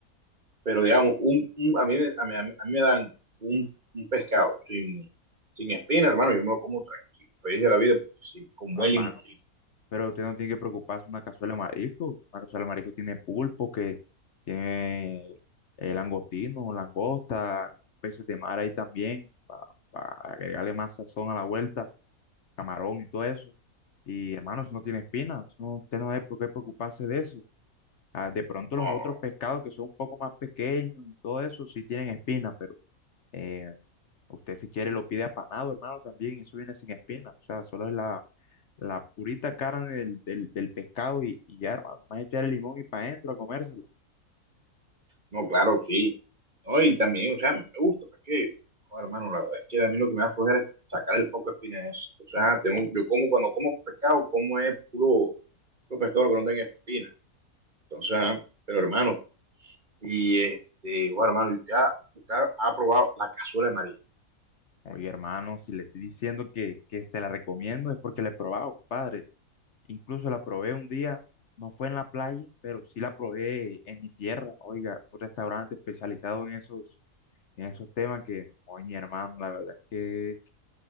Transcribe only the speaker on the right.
pero digamos, un, un- a mí, me- a mí, a mí- a mí me dan un, un pescado sin, sin espina, hermano, yo me lo como tranquilo, feliz de la vida, porque sí, con
buen
limoncito.
No,
no, claro, sí. No, y también, o sea, me gusta, porque, joder, hermano, la verdad es que a mí lo que me da flojera es sacar el poco de espina de eso. O sea, tengo, yo como cuando como pescado, como es puro, puro pescado que no tenga espina. Entonces, ajá, pero hermano, y este, joder, hermano, usted ha, usted ha probado la cazuela de marisco.